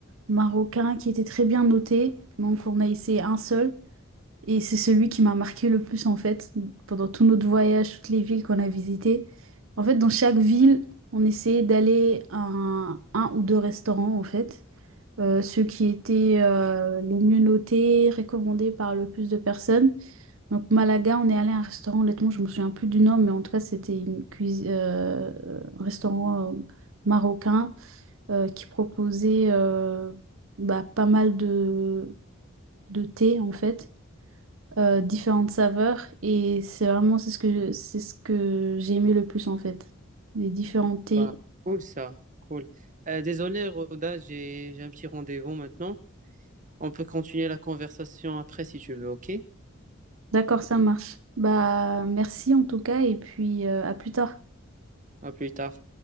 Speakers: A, on the right; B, on the right.
A: marocains qui étaient très bien notés. Donc, on a essayé un seul. Et c'est celui qui m'a marqué le plus, en fait, pendant tout notre voyage, toutes les villes qu'on a visitées. En fait, dans chaque ville, on essayait d'aller à un, un ou deux restaurants, en fait. Euh, ceux qui étaient euh, les mieux notés, recommandés par le plus de personnes. Donc Malaga, on est allé à un restaurant, honnêtement, je me souviens plus du nom, mais en tout cas, c'était une cuisine, un restaurant euh, marocain euh, qui proposait euh, bah, pas mal de, de thé, en fait, euh, différentes saveurs. Et c'est vraiment c'est ce que, c'est ce que j'ai aimé le plus, en fait, les différents thés.
B: Ben, cool ça, cool. Euh, désolé, Roda, j'ai j'ai un petit rendez-vous maintenant. On peut continuer la conversation après si tu veux, ok?
A: D'accord, ça marche. Bah, merci en tout cas, et puis euh, à plus tard.
B: À plus tard.